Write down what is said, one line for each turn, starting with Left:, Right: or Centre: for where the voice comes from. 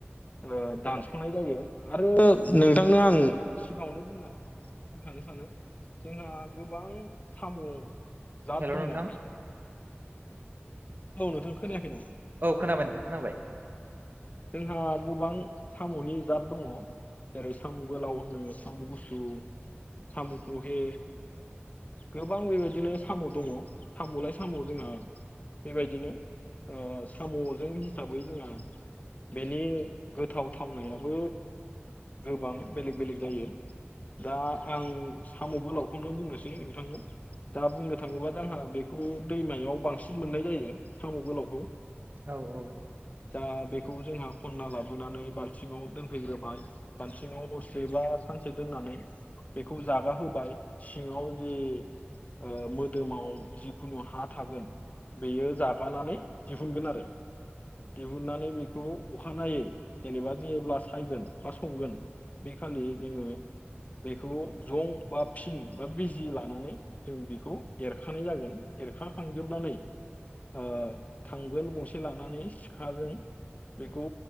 Left: ओ दानस'नाय जायो आरो नोंथां नो आं सिगाङावनो बुंना बुंथानो सानो जोंहा गोबां साम' जात
Right: हेल'
Left: दङ
Right: नोंथां
Left: औ नोंथां खोनायाखै नामा
Right: औ खोनाबाय नोंथां खोनाबाय
Left: जोंहा गोबां साम'नि जात दङ जेरै साम' गोलाव होनो साम' गुसुं साम'ख'हे गोबां बेबायदिनो साम' दङ साम'लाय साम' जोंहा बेबायदिनो ओ साम'जों हिसाबै जोंहा बेनि गोथाव थावनायाबो गोबां बेलेग बेलेग जायो दा आं साम'बो गोलावखौनो बुंनोसै नोंथांनो दा बुंनो थाङोबा जोंहा बेखौ दैमायाव बांसिन मोननाय जायो साम' गोलावखौ
Right: औ औ
Left: दा बेखौ जोंहा खनना लाबोनानै बालथिङाव दोनफैग्रोबाय बालथिङाव हरसेबा सानसे दोननानै बेखौ जागा होबाय सिङाव जे ओ मोदोमाव जिखुनु हा थागोन बेयो जागानानै दिहुनगोन आरो दिहुननानै बेखौ अखानायै जेनेबा जो अब्ला सायगोन बा संगोन बे खालि जोङो बेखौ जं बा फिन बा बिजि लानानै जों बेखौ एरखानाय जागोन एरखाखांजोबनानै ओ थांगोन गंसे लानानै सिखाजों बेखौ